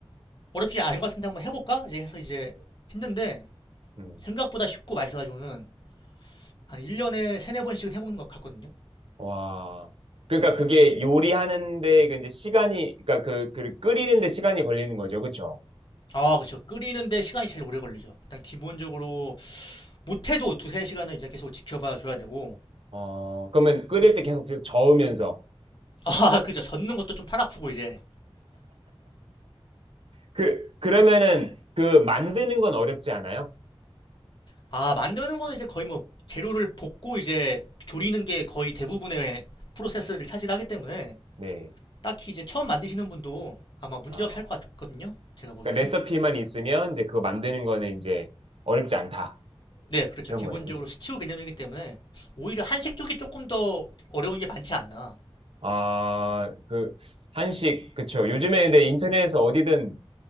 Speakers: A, on the left; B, on the right.
A: 어렵지 않은 것 같은데 한번 해볼까? 이제 해서 이제 했는데
B: 음.
A: 생각보다 쉽고 맛있어가지고는 한 1년에 세네 번씩은 해먹는 것 같거든요.
B: 와. 그러니까 그게 요리하는데 그 이제 시간이, 그러니까 그, 그 끓이는데 시간이 걸리는 거죠. 그쵸?
A: 아, 그쵸. 끓이는데 시간이 제일 오래 걸리죠. 일단 기본적으로 못해도 두세 시간은 이제 계속 지켜봐 줘야 되고
B: 어, 그러면 끓일
A: 또
B: 때 계속 저으면서.
A: 아, <laughs> 그죠. 젓는 것도 좀 팔 아프고 이제
B: 그, 그러면은 그 만드는 건 어렵지 않아요?
A: 아, 만드는 거는 이제 거의 뭐 재료를 볶고 이제 조리는 게 거의 대부분의 프로세스를 차지하기 때문에
B: 네.
A: 딱히 이제 처음 만드시는 분도 아마 문제
B: 아,
A: 없이 할 것 같거든요. 제가 보기에는.
B: 그러니까 레시피만 있으면 이제 그거 만드는 거는 이제 어렵지 않다.
A: 네, 그렇죠.
B: 이런
A: 기본적으로
B: 거네요. 그죠?
A: 스튜 개념이기 때문에 오히려 한식 쪽이 조금 더 어려운 게 많지 않나.
B: 아, 그, 한식, 그쵸. 요즘에 근데 인터넷에서 어디든